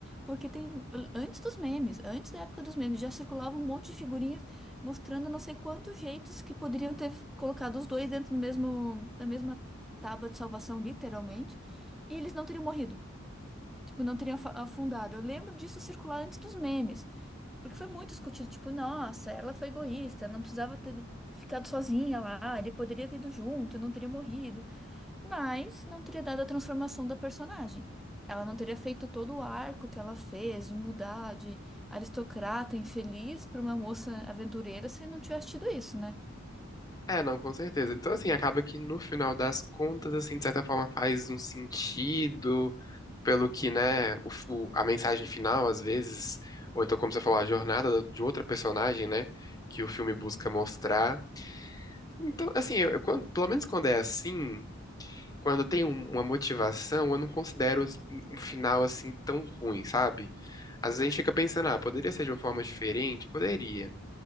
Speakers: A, in the centre; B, on the left.
A: Porque tem antes dos memes, antes da época dos memes, já circulava um monte de figurinhas mostrando não sei quantos jeitos que poderiam ter colocado os dois dentro do mesmo da mesma tábua de salvação, literalmente, e eles não teriam morrido, tipo, não teriam afa- afundado. Eu lembro disso circular antes dos memes. Porque foi muito discutido, tipo, nossa, ela foi egoísta, não precisava ter ficado sozinha lá, ele poderia ter ido junto, não teria morrido, mas não teria dado a transformação da personagem. Ela não teria feito todo o arco que ela fez de mudar de aristocrata infeliz para uma moça aventureira se não tivesse tido isso, né?
B: É, não, com certeza. Então, assim, acaba que no final das contas, assim, de certa forma faz um sentido pelo que, né, o, o- a mensagem final, às vezes, ou então, como você falou, a jornada de outra personagem, né, que o filme busca mostrar. Então, assim, eu, eu quando- pelo menos quando é assim, quando tem um- uma motivação, eu não considero um um final, assim, tão ruim, sabe? Às vezes a gente fica pensando, ah, poderia ser de uma forma diferente? Poderia.